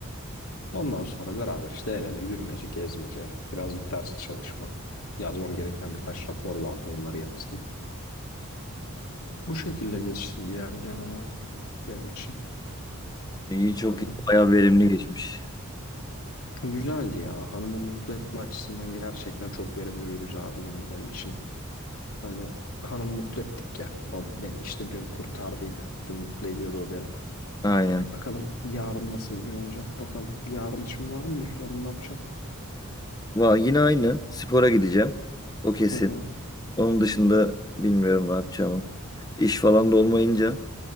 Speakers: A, on the left; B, on the left.
A: ondan sonra beraber işte el ele yürümece, gezmece, birazcık ders çalışma. Yazmam gereken birkaç rapor vardı onları yazdım. Bu şekilde geçti yani genel olarak gün benim için.
B: İyi çok
A: Hani
B: iyi. Bayağı verimli geçmiş.
A: güzeldi ya. Hanımı mutlu etme açısından gerçekten çok verimli ve güzel bir gündü benim için. Hani hanımı mutlu ettik ya. O beni işte dün kurtardıydı. Dün mutlu ediyordu o beni.
B: Aynen.
A: Bakalım yarın nasıl bir gün olacak bakalım. Yarın için var mı bir planın ne yapacaksın?
B: Va, yine aynı. Spora gideceğim. O kesin.
A: <laughs>
B: Onun dışında bilmiyorum ne yapacağımı. İş falan da olmayınca.